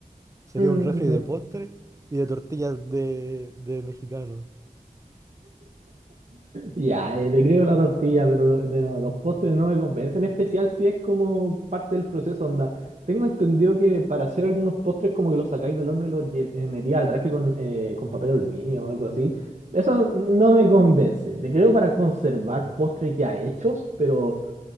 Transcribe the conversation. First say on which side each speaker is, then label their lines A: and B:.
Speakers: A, on the right; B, on the right.
A: Sería
B: mm,
A: un refri de postres y de tortillas de, de mexicano.
B: Ya, eh, te creo la tortilla, pero lo- de no, los postres no me convencen, en especial si es como parte del proceso, onda. Tengo entendido que para hacer algunos postres como que los sacáis del horno y los lle- eh, metí al refri con, eh, con papel aluminio o algo así. Eso no me convence. Te creo para conservar postres ya hechos, pero,